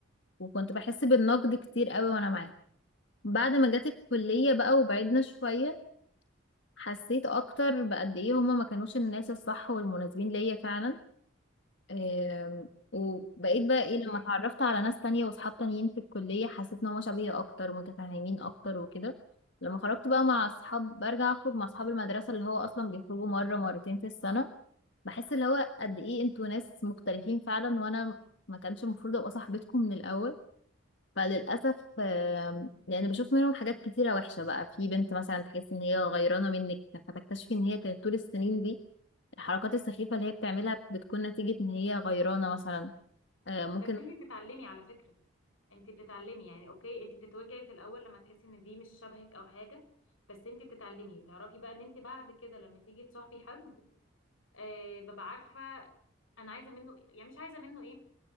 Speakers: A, on the left; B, on the left.
A: وكنت بحس بالنقد كتير قوي وانا معاهم بعد ما جت الكليه بقى وبعدنا شويه حسيت اكتر بقد ايه هما ما كانوش الناس الصح والمناسبين ليا فعلا آم، وبقيت بقى
B: اوكي
A: ايه لما اتعرفت على ناس تانية وصحاب تانيين في الكلية حسيت ان هما شبهي اكتر متفاهمين اكتر وكده لما خرجت بقى مع اصحاب برجع اخرج مع اصحاب المدرسة اللي هو اصلا بيخرجوا مرة مرتين في السنة بحس اللي هو قد ايه انتوا ناس مختلفين فعلا وانا ما كانش المفروض ابقى صاحبتكم من الاول فللاسف آم، يعني بشوف منهم حاجات كتيرة وحشة بقى في بنت مثلا تحس ان هي غيرانة منك فتكتشفي ان هي كانت طول السنين دي الحركات السخيفة اللي هي بتعملها بتكون نتيجة ان هي غيرانة مثلا آه، ممكن
B: بس انتي بتتعلمي على فكرة انتي بتتعلمي يعني اوكي انتي بتتوجعي في الاول لما تحسي ان دي مش شبهك او حاجة بس انتي بتتعلمي تعرفي بقى ان انتي بعد كده لما تيجي تصاحبي حد آه ببقى عارفه انا عايزه منه يعني مش عايزه منه ايه